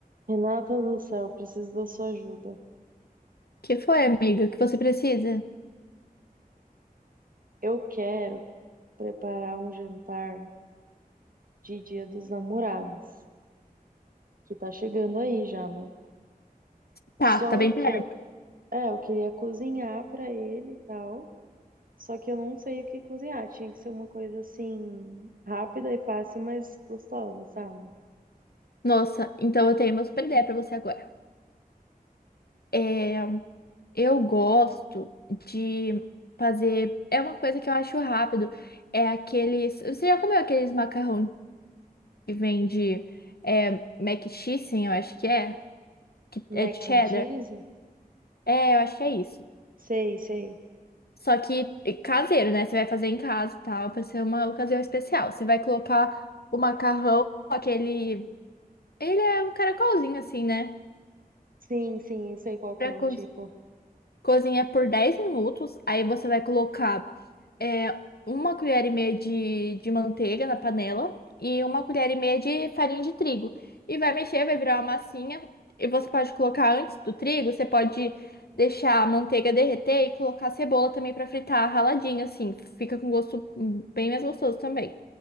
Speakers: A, on the right (about 65°); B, on the left (about 85°).
A: Renata do céu, preciso da sua ajuda.
B: Que foi, amiga? O que você precisa?
A: Eu quero preparar um jantar de Dia dos Namorados, que tá chegando aí já, né?
B: Tá,
A: Só
B: tá bem perto.
A: que eu, é, eu queria cozinhar pra ele e tal, só que eu não sei o que cozinhar. Tinha que ser uma coisa assim rápida e fácil, mas gostosa, sabe?
B: Nossa, então eu tenho uma super ideia pra você agora. É, eu gosto de fazer. É uma coisa que eu acho rápido. É aqueles. Você já comeu aqueles macarrão que vende é, mac cheese, eu acho que é? Que
A: Mac
B: é de cheddar?
A: and cheese?
B: É, eu acho que é isso.
A: Sei, sei.
B: Só que é caseiro, né? Você vai fazer em casa e tal, pra ser uma ocasião especial. Você vai colocar o macarrão, aquele. Ele é um caracolzinho assim, né?
A: Sim, sim, eu sei qual que
B: para
A: é o
B: co
A: tipo.
B: cozinhar por 10 minutos. Aí você vai colocar é, uma colher e meia de, de manteiga na panela e uma colher e meia de farinha de trigo. E vai mexer, vai virar uma massinha. E você pode colocar antes do trigo, você pode deixar a manteiga derreter e colocar a cebola também para fritar raladinha, assim. Fica com gosto hum, bem mais gostoso também.